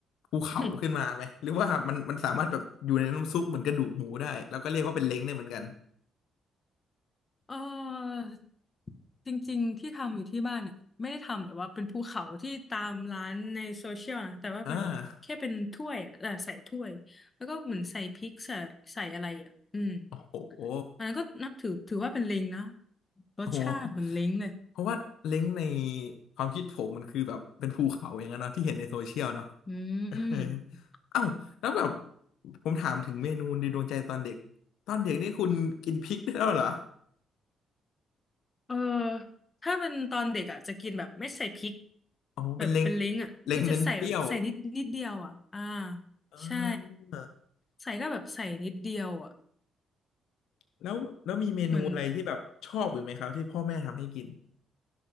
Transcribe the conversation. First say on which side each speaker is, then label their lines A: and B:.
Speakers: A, on the left; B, on the left.
A: ภูเขาขึ้นมาไหมหรือว่ามันมันสามารถแบบอยู่ในน้ำซุปเหมือนกระดูกหมูได้แล้วก็เรียกว่าเป็นเล้งได้เหมือนกัน
B: ๆ เออจริงๆที่ทำอยู่ที่บ้านเนี่ยไม่ได้ทำแบบว่าเป็นภูเขาที่ตามร้านในโซเชียลนะแต่ว่าเป็นแบบแค่เป็นถ้วยอ่ะเออใส่ถ้วยแล้วก็เหมือนใส่พริกใส่ใส่อะไรอ่ะอืม
A: อ่าโอ้โห
B: อันนั้นก็นับถือถือว่าเป็นเล้งนะรสชาติเหมือนเล้งเลย
A: โอ้โหเพราะว่าเล้งในความคิดผมมันคือแบบเป็นภูเขาอย่างนั้นเนาะที่เห็นในโซเชียลเนาะ
B: อืม
A: <laughs> เออเอ้าแล้วแบบผมถามถึงเมนูในดวงใจตอนเด็กตอนเด็กนี่คุณกินพริกได้แล้วเหรอ
B: เออถ้าเป็นตอนเด็กอ่ะจะกินแบบไม่ใส่พริก
A: อ๋อเป็นเล้ง
B: แบบเป็นเล้งอ่ะคือจะใส่แบบใส่นิดนิดเดียวอ่ะอ่า
A: เล้งเน้นเปรี้ยวอ่า
B: ใช่ใส่ก็แบบใส่นิดเดียวอ่ะ
A: แล้วแล้วมีเมนูอะไรที่แบบชอบอยู่ไหมครับที่พ่อแม่ทำให้กิน
B: เหมือน